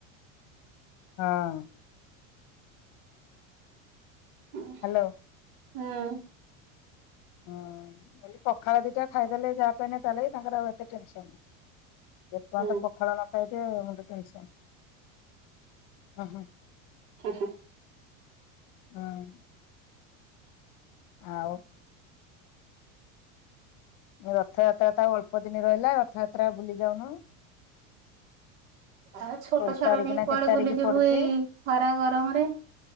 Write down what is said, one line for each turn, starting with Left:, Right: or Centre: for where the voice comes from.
Left: ହଁ।
Right: ହଁ
Left: ହ୍ୟାଲୋ
Right: -ହୁଁ।
Left: ହଁ ନହେଲେ ପଖାଳ ଦିଟା ଖାଇଦେଲେ ଯାହା ପାଇନେ ତା ଲଗେଇ, ତାଙ୍କର ଆଉ ଏତେ ଟେନସନ ନାହିଁ। ଯେ ପର୍ଯ୍ୟନ୍ତ
Right: ହୁଁ
Left: ପଖାଳ ନ ଖାଇଥିବେ ମୁଣ୍ଡ ଟେନ୍ସନ ହଁ -ହଁ।
Right: ଆଚ୍ଛା।
Left: ହଁ। ଆଉ। ରଥଯାତ୍ରା ତ ଆଉ ଅଳ୍ପ ଦିନ ରହିଲା ରଥଯାତ୍ରା ବୁଲି ଯାଉନ।
Right: ଆଉ ଛୋଟ
Left: ଷୋଳ
Right: ଛୁଆ
Left: ତାରିଖ
Right: ଟା ନେଇକି
Left: ନା
Right: କୁଆଡେ
Left: କେତେ ତାରିଖ
Right: ବୁଲିଯିବୁ
Left: ପଡୁଛି?
Right: ଏଇ ଖରା ଗରମରେ।